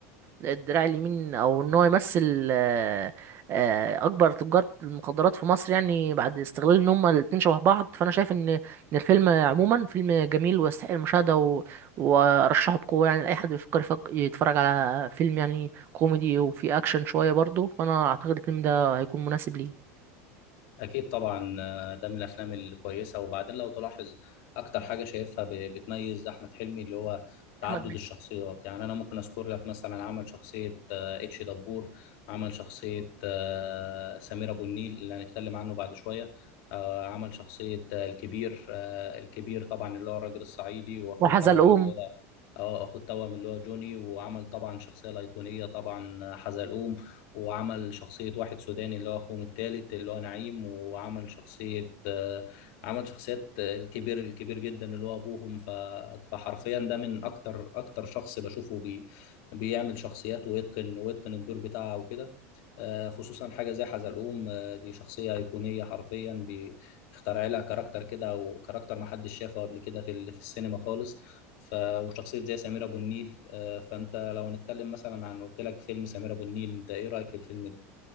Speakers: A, on the right (about 30°); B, on the left (about 50°).
A: الدراع اليمين او ان هو يمثل آه، آه، اكبر تجار المخدرات في مصر يعني بعد استغلال ان هما الاتنين شبه بعض فانا شايف ان ان الفيلم عموما فيلم جميل ويستحق المشاهده و... وارشحه بقوه يعني لاي حد بيفكر يفك- يتفرج على فيلم يعني كوميدي وفيه اكشن شويه برضه فانا اعتقد الفيلم ده هيكون مناسب ليه
B: أكيد طبعا آه، ده من الأفلام الكويسة وبعدين لو تلاحظ أكتر حاجة شايفها ب- بتميز أحمد حلمي اللي هو تعدد
A: احمد مكي
B: الشخصيات يعني أنا ممكن أذكر لك مثلا عمل شخصية آه، اتش دبور عمل شخصية آه، سمير أبو النيل اللي هنتكلم عنه بعد شوية آه، عمل شخصية آه، الكبير آه، الكبير طبعا اللي هو الراجل الصعيدي وأخوه
A: وحزلقوم
B: التوأم اللي هو آه، أخوه التوأم اللي هو جوني وعمل طبعا شخصية الأيقونية طبعا آه، حزلقوم وعمل شخصية واحد سوداني اللي هو أخوهم التالت اللي هو نعيم وعمل شخصية آه، عمل شخصيات آه، الكبير الكبير جدا اللي هو أبوهم ف... فحرفيا ده من أكتر أكتر شخص بشوفه بي... بيعمل شخصيات ويتقن ويتقن الدور بتاعه وكده آه، خصوصا حاجة زي حزلقوم آه، دي شخصية أيقونية حرفيا بيخترع لها كاركتر كده وكاركتر محدش شافه قبل كده في ال- في السينما خالص ف... وشخصية زي سمير أبو النيل آه، فأنت لو هنتكلم مثلا عن قلت لك فيلم سمير أبو النيل أنت إيه رأيك في الفيلم ده؟